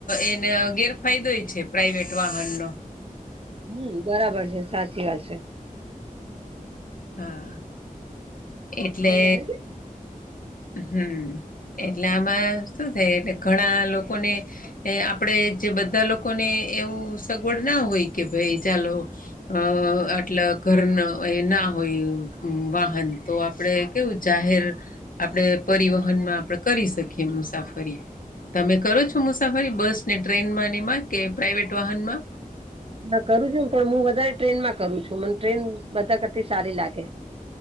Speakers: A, on the left; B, on the right.
A: એને ગેરફાયદોય છે પ્રાઈવેટ વાહનનો
B: હમ બરાબર છે સાચી વાત છે.
A: હા એટલે?
B: અવાજ આવે છે?
A: હમ એટલે આમાં શું થાય એટલે ઘણા લોકોને. એ આપડે જે બધા લોકોને એવું સગવડ ના હોય કે ભાઈ ચાલો. અ આટલે ઘર ના હોય ના હોય વાહન તો. આપણે કેવું જાહેર આપણે પરિવહનમાં આપણે કરી શકીએ મુસાફરી. તમે કરો છો મુસાફરી બસ ને ટ્રેનમાં એમાં કે પ્રાઈવેટ વાહનમાં.
B: ના કરું છું ને પણ હું વધારે ટ્રેન માં કરું છું મને ટ્રેન બધા કરતી સારી લાગે.